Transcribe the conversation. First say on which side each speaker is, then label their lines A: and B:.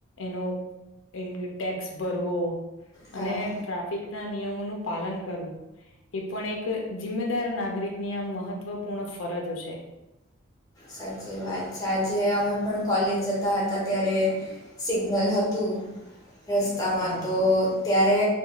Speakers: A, on the left (about 65°); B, on the left (about 15°).
A: એનું એ ટેક્સ ભરવો,
B: હા
A: અને ટ્રાફિક ના નિયમોનું પાલન કરવું એ, પણ એક જિમ્મેદાર નાગરિકની આ મહત્વપૂર્ણ ફરજ છે
B: સાચી વાત છે, આજે અમે પણ કોલેજ જતા હતા ત્યારે સિગ્નલ હતું
A: <inaudible>
B: રસ્તામાં
A: હા
B: તો, ત્યારે